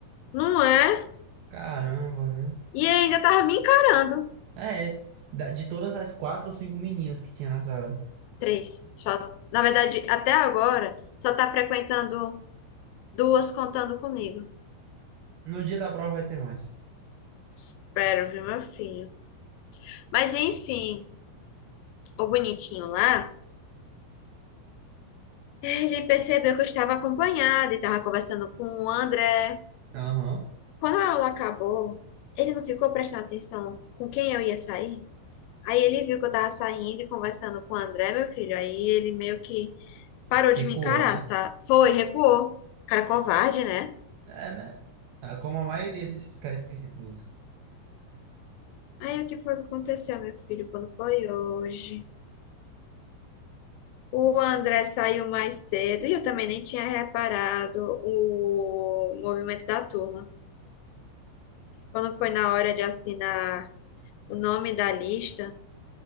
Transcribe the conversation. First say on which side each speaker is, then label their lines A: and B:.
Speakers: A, on the left; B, on the right.
A: Não é?
B: Caramba, viu?
A: E ainda tava me encarando.
B: É, é, da- de todas as quatro ou cinco meninas que tinha na sala.
A: Três. Só, na verdade, até agora, só tá frequentando duas contando comigo.
B: No dia da prova vai ter mais.
A: Espero, viu, meu filho? Mas enfim, o bonitinho lá. Ele percebeu que eu estava acompanhada e estava conversando com o André.
B: Aham.
A: Quando a aula acabou, ele não ficou prestando atenção com quem eu ia sair. Aí ele viu que eu estava saindo e conversando com o André, meu filho. Aí ele meio que parou de
B: Recuou,
A: me encarar,
B: né?
A: sabe? Foi, recuou. Cara covarde, né?
B: É, né? Ah, Como a maioria desses caras esquisitos mesmo.
A: Aí o que foi que aconteceu, meu filho, quando foi hoje? O André saiu mais cedo e eu também nem tinha reparado o movimento da turma. Quando foi na hora de assinar o nome da lista,